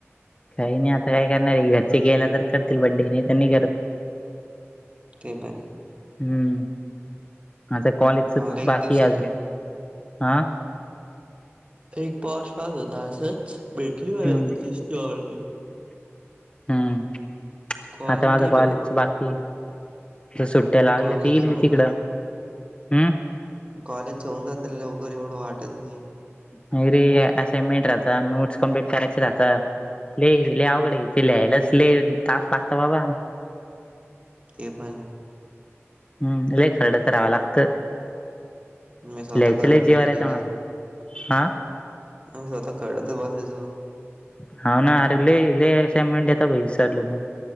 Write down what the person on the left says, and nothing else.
काही नाही आता काय करणार घरचे गेला तर करतील बड्डे नाही तर नाही करत
हम्म आता कॉलेजचच
बाकी
अजून हा
हम्म
हम्म माथ
माझ
क लच बाकी तट्ट ्या लागले
ते येईल मी
तिकडं हम्म
नाही रे असाइनमेंट राहत नोट्स कम्प्लीट करायचे राहत लले ल आवघडथ लिहायलाच लले तास लागत बाबा
हम्म ल खरड तर राहावं लागतं
लहायचं
लय जेवाार
आहेेत मला हा
हा ना अरे लय लय समेंटता भाई वि सर लोक.